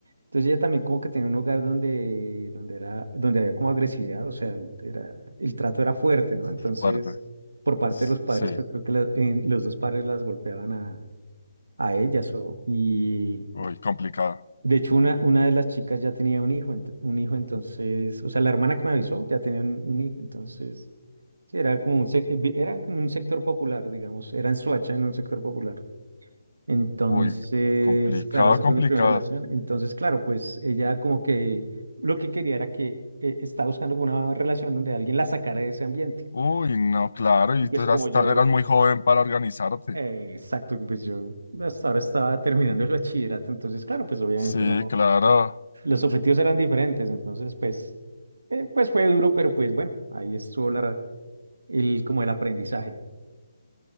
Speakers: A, on the right (about 85°); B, on the left (about 75°).
A: Entonces ella también como que tenía un hogar donde, donde era, donde había como agresividad, o sea, era, el trato era fuerte, ¿no? Entonces,
B: fuerte.
A: por parte de los padres,
B: Sí,
A: pues creo que la- en- los dos padres las golpeaban a a ellas. O, y
B: muy complicado.
A: de hecho, una, una de las chicas ya tenía un hijo, ent- un hijo, entonces, o sea, la hermana que me avisó ya tenía un, un hijo, entonces, sí, era como un, sec- eh, vi- era en un sector popular, digamos, era en Soacha, en un sector popular. Entonces,
B: Uy, complicado,
A: claro, esa
B: complicado.
A: fue mi primera relación. Entonces, claro, pues ella como que lo que quería era que eh, estaba buscando como una relación donde alguien la sacara de ese ambiente.
B: Uy, no, claro, y
A: Y pues
B: tú eras,
A: como yo,
B: ta- eras muy joven para organizarte.
A: eh, exacto, pues yo hasta ahora estaba terminando el bachillerato, entonces, claro, pues obviamente
B: Sí,
A: no.
B: claro,
A: los objetivos eran diferentes, entonces pues, eh, pues fue duro, pero pues bueno, ahí estuvo la, el, como el aprendizaje.